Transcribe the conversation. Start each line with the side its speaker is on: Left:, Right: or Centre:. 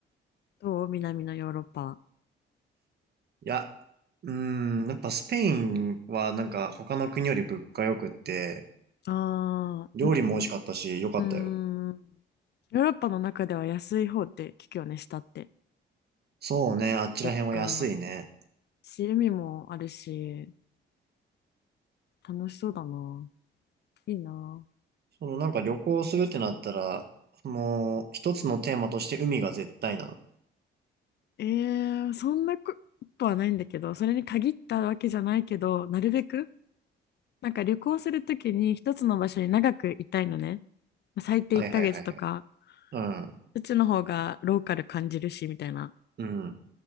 Left: どう南のヨーロッパは。
Right: いや、うーん、やっぱスペインはなんか他の国より物価良くって、
Left: ああ、
Right: 料理も美味しかったし良かったよ。
Left: まうーん。ヨーロッパの中では安い方って聞くよね、下って。
Right: そうね、あっちら辺は安いね。
Left: てか、趣味もあるし、楽しそうだな。いいな。
Right: そのなんか旅行するってなったら、その一つのテーマとして海が絶対なの。
Left: えー、そんなことはないんだけど、それに限ったわけじゃないけど、なるべく、なんか旅行するときに一つの場所に長くいたいのね。まあ最低1ヶ月とか、
Right: はいはいはいはい。う
Left: うちの方がローカル感じるし、みたいな。
Right: ん、うん。